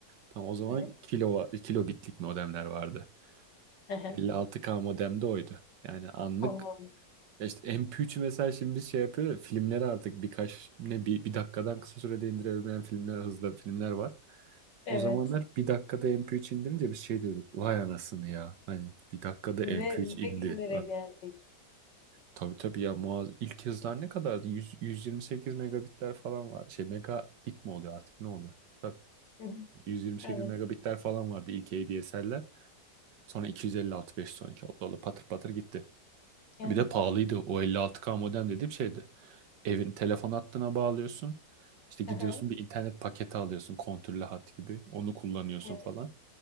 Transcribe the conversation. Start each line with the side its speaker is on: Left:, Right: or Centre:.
Right: Tamam o zaman
Left: Hı hı.
Right: kilo, kilobitlik modemler vardı.
Left: Hı hı.
Right: Elli altı k modem de oydu. Yani anlık
Left: Allah'ım.
Right: ya işte MP3'ü mesela şimdi biz şey yapıyor ya, filmleri artık birkaç ne bir, bir dakikadan kısa sürede indirebilen filmler hızda filmler var.
Left: Evet.
Right: O zamanlar bir dakikada mp üç indirince biz şey diyorduk. Vay anasını ya. Hani bir dakikada
Left: Ne,
Right: mp üç indi.
Left: ne günlere geldik.
Right: Tabii tabii ya muaz ilk hızlar ne kadardı? 100, 128 megabitler falan var. Şey megabit mi oluyor artık ne oluyor? Tabii
Left: Hı hı.
Right: 128
Left: Evet.
Right: megabitler falan vardı ilk ADSL'ler. Sonra 256 512 oldu. Oldu. Patır patır gitti.
Left: Yani
Right: Bir de pahalıydı. O 56K modem dediğim şeydi. Evin telefon hattına bağlıyorsun. İşte gidiyorsun
Left: hı hı.
Right: bir internet paketi alıyorsun. Kontürlü hat gibi. Onu kullanıyorsun
Left: Evet.
Right: falan.